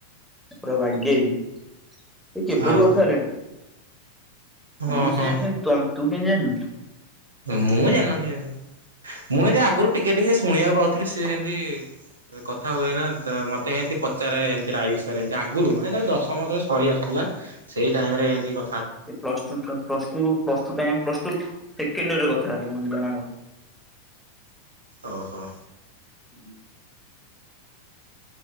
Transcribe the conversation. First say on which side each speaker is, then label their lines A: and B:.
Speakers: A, in the centre; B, on the right.
A: ପୁରା ବାଗେଇ କି ଏ କେବେଠୁ
B: ଆଉ
A: କଥା ହେଲେଣି।
B: ହଁ
A: ତମ
B: ହଁ
A: ସେମନ୍ତି ତ ତୁ କେନ୍ତି ଜାଣିଲୁ?
B: ମୁଁ ଜାନଥିଲି ଏମତି ମୁଁ ଏମତି ଆଗରୁ ଟିକେ ଟିକେ ଶୁଣିବାକୁ ପାଉଥିଲି ସେ ଏମିତି କଥା ହୁଏ ନା ମତେ ଏମତି ପଚାରେମତି ରାଇ ବିଷୟରେମତି ଆଗରୁ ମାନେ ଦଶମ ଥ ସରି ଆସୁଥିଲା ସେଇ ଟାଇମ ରେ ଏମତି କ
A: ଏଇ ପ୍ଲସ ଟୁ ଟ୍ plus two time plus two ସେକେଣ୍ଡିରରେ କଥା ତାହେଲେ <unintelligible> ଜଣା କ
B: ଓହୋ।
A: ହୁଁ